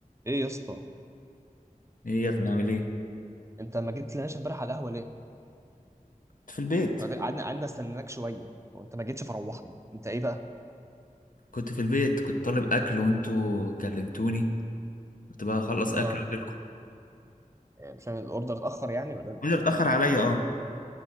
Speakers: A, on the right; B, on the left.
A: ايه يا اسطى
B: ايه يا ابني عامل ايه
A: انت ما جيتلناش امبارح على القهوه ليه
B: كنت في البيت
A: قعدنا قعدنا استناك شويه وانت ما جيتش فروحنا انت ايه بقى
B: كنت في البيت كنت طالب اكل وانتوا كلمتوني كنت بقى اخلص
A: اه
B: اكل واجيلكم
A: إيه، مش عارف الاوردر اتاخر يعني ولا ايه اللي حصل
B: وده اتاخر عليا اه